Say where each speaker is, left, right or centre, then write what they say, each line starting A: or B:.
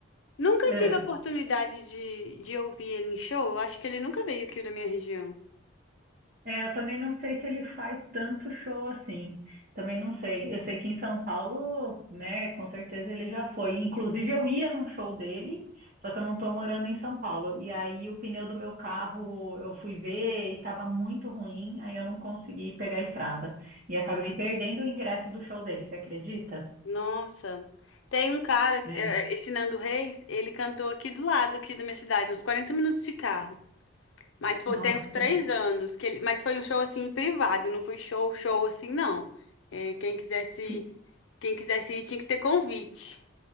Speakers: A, on the left; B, on the right.
A: nunca
B: é,
A: tive a oportunidade de, de ouvir ele em show. Eu acho que ele nunca veio aqui da minha região.
B: é, eu também não sei se ele faz tanto show assim. Também não sei. Eu sei que em São Paulo, né, com certeza ele já foi. Inclusive eu ia num show dele, só que eu não tô morando em São Paulo. E aí o pneu do meu carro eu fui ver e tava muito ruim, aí eu não consegui pegar a estrada. E acabei perdendo o ingresso do show dele, você acredita?
A: Nossa. Tem um cara,
B: É,
A: eh, esse Nando Reis, ele cantou aqui do lado, aqui da minha cidade, uns 40 minutos de carro. Mas foi,
B: nossa.
A: tem uns três anos que ele, mas foi um show assim privado, não foi show, show assim, não. É, quem quisesse,
B: Que...
A: quem quisesse ir tinha que ter convite.